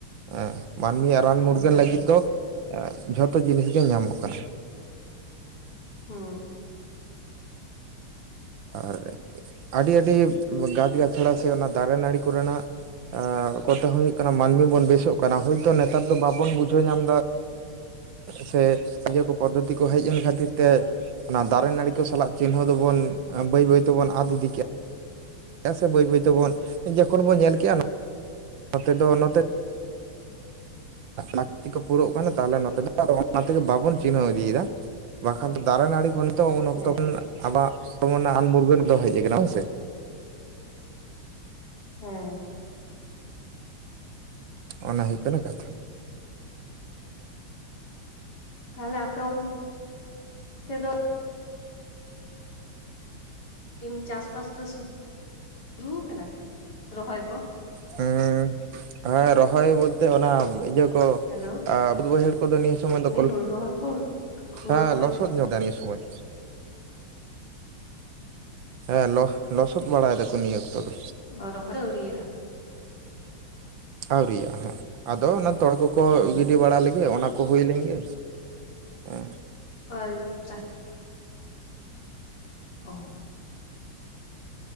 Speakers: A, on the right (about 65°); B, on the left (about 50°).
A: ᱦᱮᱸ ᱢᱟᱹᱱᱢᱤᱭᱟᱜ ᱨᱟᱱ ᱢᱩᱨᱜᱟᱹᱱ
B: ᱵᱟᱝ
A: ᱞᱟᱹᱜᱤᱫ ᱫᱚ᱾ ᱡᱷᱚᱛᱚ ᱡᱤᱱᱤᱥ ᱜᱮ ᱧᱟᱢᱚᱜ ᱠᱟᱱᱟ᱾
B: ᱦᱮᱸ
A: ᱟᱨ ᱟᱹᱰᱤ ᱟᱹᱰᱤ ᱜᱟᱪ ᱜᱟᱪᱲᱟ ᱥᱮ ᱚᱱᱟ ᱫᱟᱨᱮ ᱱᱟᱹᱲᱤ ᱠᱚᱨᱮᱱᱟᱜ ᱠᱚᱛᱮ ᱦᱚᱸᱳᱭᱳᱜ ᱠᱟᱱᱟ ᱢᱟᱹᱱᱢᱤ ᱵᱚᱱ ᱵᱮᱥᱚᱜ ᱠᱟᱱᱟ ᱦᱚᱳᱭᱛᱚ ᱱᱮᱛᱟᱨ ᱫᱚ ᱵᱟᱵᱚᱱ ᱵᱩᱡᱷᱟᱹᱣ ᱧᱟᱢᱫᱟ᱾ ᱥᱮ ᱱᱤᱭᱟᱹ ᱠᱚ ᱯᱚᱫᱽᱫᱷᱚᱛᱤ ᱠᱚ ᱦᱮᱡ ᱮᱱ ᱠᱷᱟᱹᱛᱤᱨ ᱛᱮ ᱚᱱᱟ ᱫᱟᱨᱮ ᱱᱟᱹᱲᱤ ᱠᱚ ᱥᱟᱞᱟᱜ ᱪᱤᱱᱦᱟᱹ ᱫᱚᱵᱚᱱ ᱵᱟᱹᱭ ᱵᱟᱹᱭ ᱛᱮᱵᱚᱱ ᱟᱫ ᱤᱫᱤ ᱠᱮᱜᱼᱟ᱾ ᱪᱮᱫᱟᱜᱼᱥᱮ ᱵᱟᱹᱭ ᱵᱟᱹᱭ ᱛᱮᱵᱚᱱ ᱡᱚᱠᱷᱚᱱ ᱵᱚᱱ ᱧᱮᱞ ᱠᱮᱜᱼᱟ, ᱱᱚᱛ ᱫᱚ ᱱᱚ ᱞᱟᱹᱠᱛᱤ ᱠᱚ ᱯᱩᱨᱟᱹᱜ ᱠᱟᱱᱟ ᱛᱟᱦᱚᱞᱮ ᱱᱚᱛᱮ ᱫᱚ ᱟᱫᱚ ᱚᱱᱟ ᱛᱮᱜᱮ ᱵᱟᱵᱚᱱ ᱪᱤᱱᱦᱟᱹᱣ ᱤᱫᱤᱭᱮᱫᱟ᱾ ᱵᱟᱠᱷᱟᱱ ᱫᱚ ᱫᱟᱨᱮ ᱱᱟᱹᱲᱤ ᱠᱷᱚᱱ ᱜᱤᱛᱚ ᱩᱱ ᱚᱠᱛᱚ
B: ᱦᱮᱸ
A: ᱠᱷᱚᱱ ᱟᱵᱚᱣᱟᱜ ᱠᱚ ᱢᱮᱱᱟ ᱨᱟᱱ ᱢᱩᱨᱜᱟᱹᱱ ᱫᱚ ᱦᱮᱡ ᱠᱟᱱᱟ ᱦᱚᱭ ᱥᱮ᱾
B: ᱦᱮᱸ
A: ᱚᱱᱟ ᱦᱩᱭᱩᱜ ᱠᱟᱱᱟ ᱠᱟᱛᱷᱟ
B: ᱛᱟᱦᱚᱞᱮ ᱟᱯᱮ ᱩᱱ ᱛᱮᱫᱚ ᱮᱢ ᱪᱟᱥ ᱵᱟᱥ ᱫᱚ ᱥᱩᱨᱩ ᱟᱠᱟᱱᱟ ᱨᱚᱦᱚᱭ ᱠᱚ?
A: ᱦᱮᱸ ᱦᱮᱸ ᱨᱚᱦᱚᱭ ᱵᱚᱞᱛᱮ ᱚᱱᱟ ᱤᱭᱟᱹ ᱠᱚ
B: ᱦᱮᱞᱳ
A: ᱵᱟᱹᱭᱦᱟᱹᱲ ᱠᱚᱫᱚ ᱱᱤᱭᱟᱹ ᱥᱚᱢᱚᱭ
B: ᱢᱮᱱᱫᱟᱹᱧ
A: ᱫᱚ᱾
B: ᱦᱩᱲᱩ ᱨᱚᱦᱚᱭ ᱠᱚ ᱦᱩᱲᱩ
A: ᱦᱮᱸ
B: ᱨᱚᱦᱚᱭ
A: ᱞᱚᱥᱚᱫ ᱧᱚ ᱫᱤᱭᱟᱹ ᱱᱤᱛ ᱥᱚᱢᱚᱭ ᱾ ᱦᱮᱸ ᱞᱚ ᱞᱚᱥᱚᱫ ᱵᱟᱲᱟᱭ ᱫᱟᱠᱚ ᱱᱤᱭᱟᱹ ᱚᱠᱛᱚ ᱫᱚ᱾
B: ᱨᱚᱦᱚᱭ ᱫᱚ ᱟᱹᱣ ᱨᱤᱭᱟᱜᱼᱟ,
A: ᱟᱹᱣᱨᱤᱭᱟᱜᱼᱟ ᱦᱟᱸ᱾ ᱟᱫᱚ ᱚᱱᱟ ᱛᱚᱲ ᱠᱚᱠᱚ
B: ᱚ
A: ᱜᱤᱰᱤ ᱵᱟᱲᱟ ᱞᱮᱜᱮ ᱚᱱᱟ ᱠᱚ ᱦᱩᱭ ᱞᱮᱱ ᱜᱮ ᱦᱮᱸ᱾
B: ᱚᱭ ᱡᱟ ᱚ